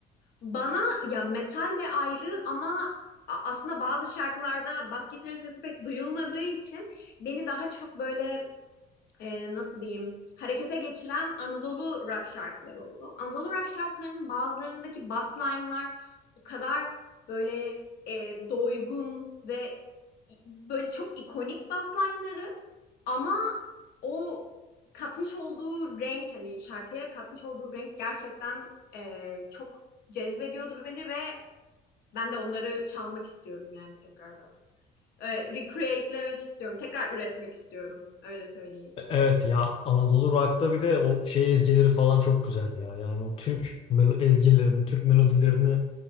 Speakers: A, on the left; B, on the left.
A: Bana ya metal de ayrı ama a- aslında bazı şarkılarda bas gitarın sesi pek duyulmadığı için beni daha çok böyle e, nasıl diyeyim harekete geçiren Anadolu rock şarkıları oldu. Anadolu rock şarkılarının bazılarındaki bass line'lar o kadar böyle e, doygun ve i- böyle çok ikonik bass line'ları ama o katmış olduğu renk hani şarkıya katmış olduğu renk gerçekten eee, çok cezbediyordu beni ve ben de onları çalmak istiyorum yani tekrardan. Eee recreate'lemek istiyorum. Tekrar üretmek istiyorum. Öyle söyleyeyim.
B: E- Evet ya Anadolu Rock'ta bir de o şey ezgileri falan çok güzel ya. Yani o Türk melo- ezgilerini, Türk melodilerini